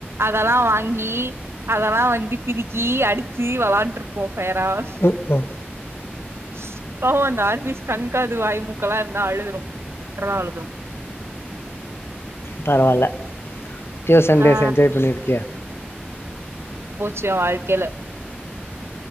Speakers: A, on the right; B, on the left.
A: அதெல்லா வாங்கி அதெல்லா வந்து பிரிக்கி அடுச்சு வெளாண்ட்டுருப்போ பெர்ரார்ஸ்
B: ம் ம்
A: ஹ பாவோ அந்த ஆர்வீஸ்கு கண்காது வாய் மூக்க எல்லாம் இருந்தா அழுதுடும் லிட்ரலா அழுதுடும் <inaudible>
B: பரவாயில்ல டியூசன்டேஸ்
A: ஆ
B: என்ஜாய் பண்ணிருக்கிய
A: ச வாழ்கல